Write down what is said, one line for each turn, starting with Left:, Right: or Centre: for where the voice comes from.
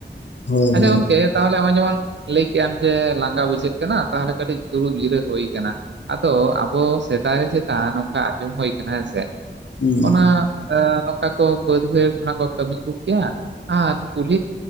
Left: ᱦᱳᱭ
Right: ᱟᱪᱷᱟ
Left: ᱦᱳᱭ
Right: ᱜᱚᱝᱠᱮ ᱛᱟᱦᱚᱞᱮ ᱱᱚᱜᱚᱭ ᱡᱮᱢᱚᱱ ᱞᱟᱹᱭ ᱠᱮᱫ ᱟᱢ ᱡᱮ ᱞᱟᱸᱜᱟ ᱵᱩᱡᱷᱟᱹᱜ ᱠᱟᱱᱟ ᱛᱟᱦᱚᱞᱮ ᱠᱟᱹᱴᱤᱡ ᱫᱩᱲᱩᱵ ᱡᱤᱨᱟᱹ ᱦᱩᱭ ᱠᱟᱱᱟ ᱟᱫᱚ ᱟᱵᱚ ᱥᱮᱫᱟᱭ ᱨᱮ ᱪᱮᱛᱟ ᱱᱚᱝᱠᱟ ᱟᱸᱡᱚᱢ ᱦᱩᱭ ᱠᱟᱱᱟ ᱦᱮᱸᱥᱮ
Left: ᱦᱩᱸ
Right: ᱚᱱᱟ ᱱᱚᱝᱠᱟ ᱠᱚ ᱵᱟᱹᱫᱽ ᱵᱹᱟᱭᱦᱟᱲ ᱠᱷᱚᱱᱟᱜ ᱠᱚ ᱠᱟᱹᱢᱤ ᱟᱹᱜᱩ ᱠᱮᱭᱟ ᱟᱨ ᱠᱩᱞᱤ